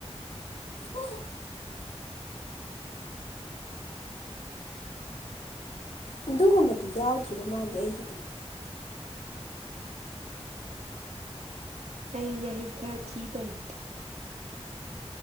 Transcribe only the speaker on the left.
ꯑꯣ <inaudible> ꯑꯗꯨꯒꯨꯝꯕꯗꯤ ꯌꯥꯎꯗ꯭ꯔꯤꯕ ꯃꯥꯜꯂꯦ ꯑꯩꯒꯤꯗꯤ